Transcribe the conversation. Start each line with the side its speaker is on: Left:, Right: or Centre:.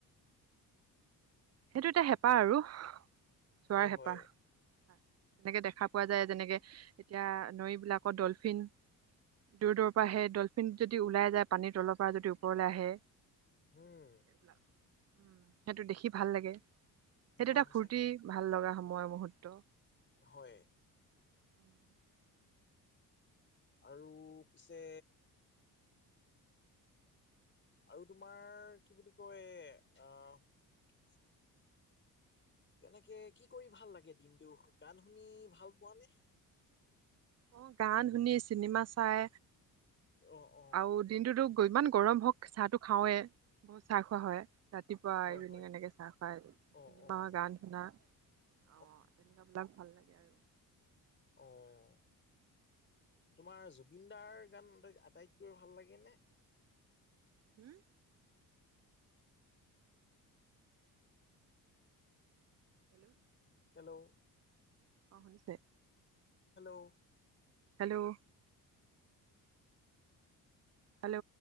Right: সেইটো এটা হেঁপাহ আৰু চোৱাৰ
Left: হয়
Right: হেঁপাহ,
Left: হয়
Right: তেনেকে দেখা পোৱা যায়। যেনেকে এতিয়া নৈবিলাকত ডলফিন দূৰ দূৰৰ পৰা আহে ডলফিন যদি ওলাই যায় পানীৰ তলৰ পৰা যদি ওপৰলে আহে।
Left: হোম
Right: এইবিলাক উম সেইটো দেখি ভাল লাগে সেইটো
Left: হয়
Right: এটা
Left: সঁচাকে
Right: ফুৰ্তি ভাল লগা সময়ৰ মুহূৰ্ত।
Left: হয়
Right: <inaudible>
Left: আৰু পিছে আৰু তোমাৰ কি বুলি কয় আহ তেনেকে কি কৰি ভাল লাগে দিনটো গান শুনি ভাল পোৱা নে?
Right: অ গান শুনি চিনেমা চাই
Left: অ অ
Right: আৰু দিনটোতো ইমান গৰম হওঁক চাহটো খাওঁৱে। বহুত চাহ খোৱা হয় ৰাতিপুৱা
Left: হয়
Right: ইভিনিং
Left: হয়
Right: এনেকে চাহ খাই,
Left: অ
Right: চিনেমা
Left: অ
Right: গান শুনা
Left: <unintelligible>
Right: অ তেনেকুৱা বিলাক ভাল লাগে আৰু
Left: অঁ তোমাৰ জুবিন দাৰ গান আটাইতকৈ ভাল লাগে নে
Right: হোম হেল্ল'
Left: হেল্ল'
Right: অ শুনিছে
Left: হেল্ল'
Right: হেল্ল' হেল্ল'